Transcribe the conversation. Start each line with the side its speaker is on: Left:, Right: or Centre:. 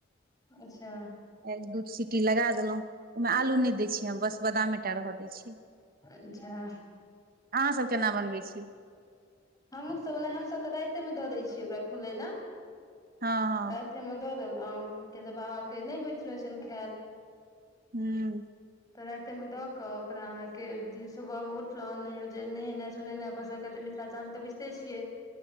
Left: अच्छा।
Right: एक-दू सी टी लगा देलहुं, ओहिमे आलू नै दैऽ छियै हम बस बादमेटा रहऽ दैऽ छियै।
Left: अच्छा
Right: अहाँ सब केना बनबै छी।
Left: हमहुँ सब ओना हमसब तऽ राइते मे दऽ दै छियै ओकरा फुलै लऽ।
Right: हँ हँ
Left: ओय मे दऽ देलहुँ किया तऽ बाबा के नै होइत रहै छनि खैल।
Right: हूं।
Left: तऽ राइते मे दऽ कऽ ओकरा अहाँ के सुबह मे उठलहुं जे नहेनाइ सुनेनाइ अपन सबके तऽ मिथिलाचल मे तऽ बुझिते छियै